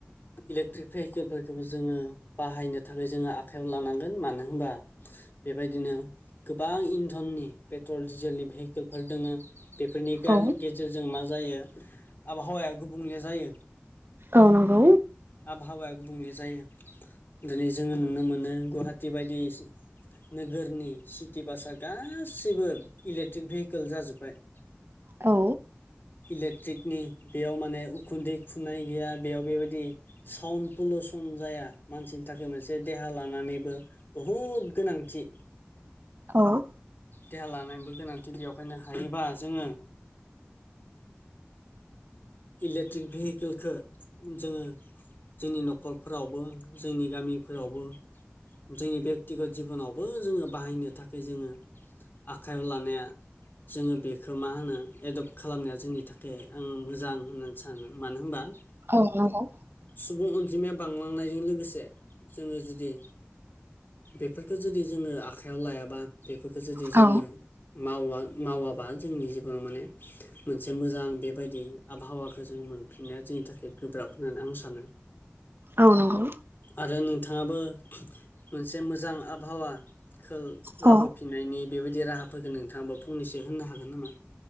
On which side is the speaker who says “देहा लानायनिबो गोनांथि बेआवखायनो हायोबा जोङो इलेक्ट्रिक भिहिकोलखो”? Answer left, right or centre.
Left